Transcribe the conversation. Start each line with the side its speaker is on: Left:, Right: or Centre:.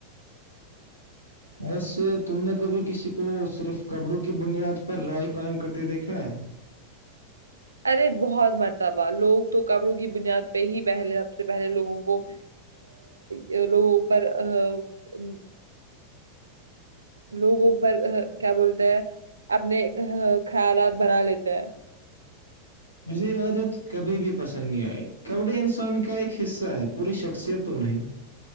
Left: ایسے تم نے کبھی کسی کو صرف کپڑوں کی بنیاد پر رائے قائم کرتے دیکھا ہے
Right: ارے بہت مرتبہ لوگ تو کپڑوں کی بنیاد پہ ہی پہلے سب سے پہلے لوگوں کو یہ لوگوں پر آ عم لوگوں پر کیا بولتے ہیں اپنے خیالات بنا لیتے ہیں
Left: مجھے یہ عادت کبھی بھی پسند نہیں آئی کپڑے انسان کا ایک حصہ ہے پوری شخصیت تو نہیں